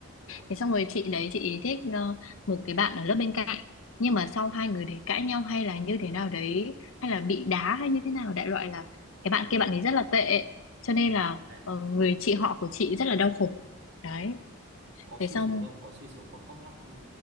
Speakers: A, on the right; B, on the left.
A: hiểu
B: Thế xong rồi chị đấy chị thích ờ, một cái bạn ở lớp bên cạnh. Nhưng mà sau hai người đấy cãi nhau hay là như thế nào đấy, hay là bị đá hay như thế nào, đại loại là
A: ừ,
B: cái bạn kia bạn ấy rất là tệ. Cho nên
A: Ờ
B: là
A: Đấy.
B: ờ, người chị họ của chị rất là đau khổ. Đấy
A: Có
B: thế
A: suy
B: xong
A: sụp không? Có suy sụp có khóc lóc ừ,